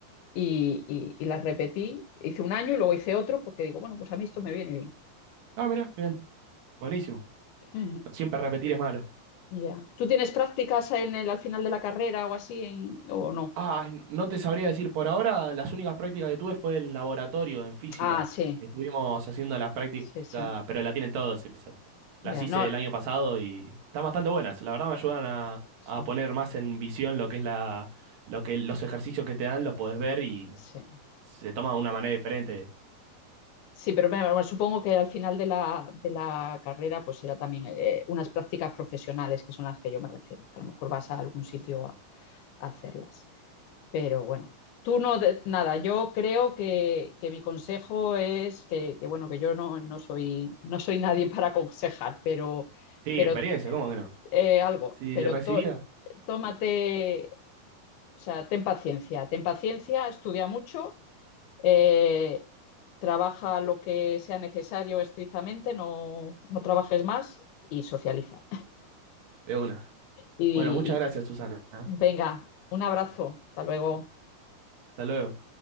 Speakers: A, on the left; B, on the right.
A: y, y, y, las repetí. Hice un año y luego hice otro porque digo, bueno, pues a mí esto me viene
B: Ah, mira, bien. Buenísimo.
A: bien. <laughs>
B: Siempre repetir es malo.
A: Yeah. ¿Tú tienes prácticas en el, al final de la carrera o así en, o no?
B: Ah, no te sabría decir, por ahora las únicas prácticas que tuve fue en laboratorio, en física.
A: Ah, sí,
B: Estuvimos haciendo las prácticas,
A: sí, sí.
B: pero la tienen todos esas. Las
A: Ya, yeah.
B: hice
A: no.
B: el año pasado y están bastante buenas. La verdad me ayudan a,
A: Sí,
B: a poner más en visión lo que es la, lo que los ejercicios que te dan, los podés ver y
A: sí.
B: se toma de una manera diferente.
A: Sí, pero me- bueno, supongo que al final de la, de la carrera pues será también eh, unas prácticas profesionales que son las que yo me refiero, que a lo mejor vas a algún sitio a, a hacerlas. Pero bueno, tú no, de- nada, yo creo que, que mi consejo es que, que, bueno, que yo no, no soy, no soy nadie para aconsejar, pero,
B: Sí,
A: pero
B: experiencia, ¿cómo que no?
A: eh, algo,
B: Sí,
A: pero
B: recibida,
A: to- tómate, o sea, ten paciencia, ten paciencia, estudia mucho. eh, trabaja lo que sea necesario estrictamente, no, no trabajes más y socializa.
B: de una.
A: Y,
B: Bueno, muchas gracias,
A: y
B: Susana. ¿eh?
A: venga, un abrazo, hasta luego.
B: Hasta luego.